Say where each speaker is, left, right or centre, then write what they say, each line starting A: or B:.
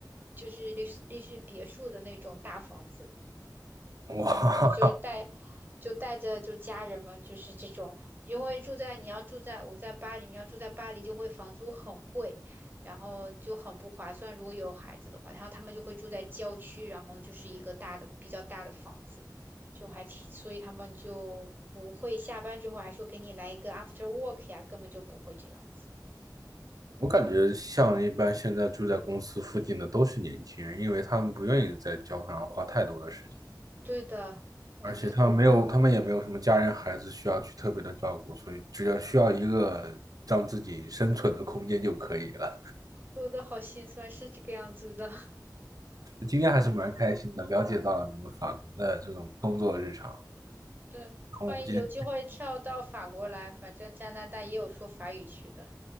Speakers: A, on the right; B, on the right.
A: 就是类似类似别墅的那种大房子。
B: 哇，
A: 然后就带就带着就家人们就是这种，因为住在你要住在我在巴黎，你要住在巴黎就会房租很贵，然后就很不划算。如果有孩子的话，然后他们就会住在郊区，然后就是一个大的比较大的房子，就还挺，所以他们就不会下班之后还说给你来一个 after work 呀，根本就不会这样子。
B: <laughs> 我感觉像一般现在住在公司附近的都是年轻人，因为他们不愿意在交通上花太多的时间。
A: 对的，我觉得
B: 而且他们没有，他们也没有什么家人、孩子需要去特别的照顾，所以只要需要一个让自己生存的空间就可以了。
A: 说的好心酸，是这个样子的。
B: 今天还是蛮开心的，了解到了你们法国的这种工作日常。然
A: 对，
B: 后我们今天
A: 欢迎有机会跳到法国来，反正加拿大也有说法语区的，